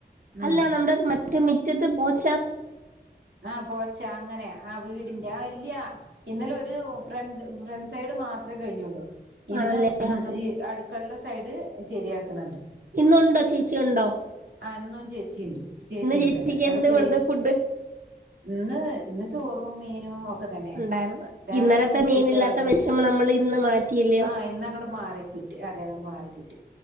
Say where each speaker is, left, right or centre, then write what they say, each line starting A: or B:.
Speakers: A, on the right; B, on the right.
A: ഉം
B: അല്ല നമ്മുടെ മറ്റേ മിറ്റത്ത് പോച്ച
A: ആ പോച്ച അങ്ങനെ ആ വീടിന്റെ ആ ഇല്ല്യ ഇന്നലെ ഒരു രു ഫ്രൺ ഫ്രണ്ട് സൈഡ് മാത്ര കഴിഞ്ഞുള്ളൂ. ഇന്ന്
B: ആണല്ലേ
A: മ്
B: ആഹാ.
A: ഇ അടു ക്കളുടെ സൈഡ് ശരിയാക്കണുണ്ട്
B: ഇന്നുണ്ടോ ചേച്ചി ഉണ്ടോ
A: ആ ഇന്നും ചേച്ചിണ്ട് ചേച്ചിണ്ട്
B: ചേച്ചിക്ക്
A: അവിടെ അവിടെ
B: എന്ത്
A: കഴി
B: കൊടുത്ത് ഫുഡ്?
A: ഇന്ന് ഇന്ന് ചോറും മീനും തന്നെ
B: ഉണ്ടായിരുന്നു
A: രാവിലെ
B: ഇന്നലത്തെ
A: നൂൽപുട്ടായിരുന്നു
B: മീനില്ലാത്ത വിഷമം നമ്മൾ ഇന്ന് മാറ്റിയില്ലയോ
A: ആ ഇന്ന് അങ്ങട്ട് മാറിക്കിട്ടി അതെ അങ്ങട്ട് മാറിക്കിട്ടി